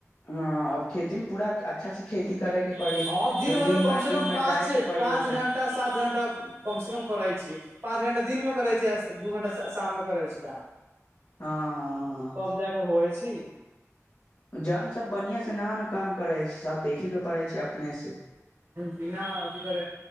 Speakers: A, on the left; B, on the right.
A: हँ अब खेती मे पूरा अच्छा से खेती करै के पड़ी
B: हँ दिन
A: दू
B: भर
A: तीन
B: मे
A: बार
B: कम
A: दिन
B: से कम
A: मे
B: पाँच
A: जाय के पड़ी
B: पाँच
A: ओकरा
B: घंटा सात घंटा कम से कम करै छीये पाँच घंटा दिनमे करै छी आ दू घण्टा शाम मे करै छी काम
A: हँ हँ
B: तब जाकऽ होइ छी
A: जन सभ बढ़िआँ से ना न काम करै छै सभ देखैके पड़ै छै अपने से
B: बिना अथी करे